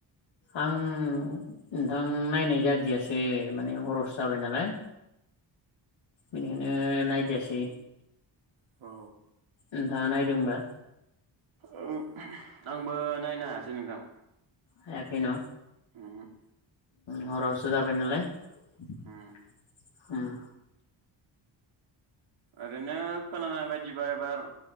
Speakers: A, on the left; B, on the right.
A: आं नोंथां नायनाय जादियासो माने हरस जाबाय नालाय। बेनिखायनो नादियासै।
B: औ।
A: नोंथाङा नायदों होनबा?
B: औ। आंबो नायनो हायासै नोंथां।
A: हायाखै न'।
B: ओम।
A: हराव सो जाबाय नालाय। <inaudible>
B: उम
A: हम।
B: ओरैनो खोनानाय बायदिबा एबार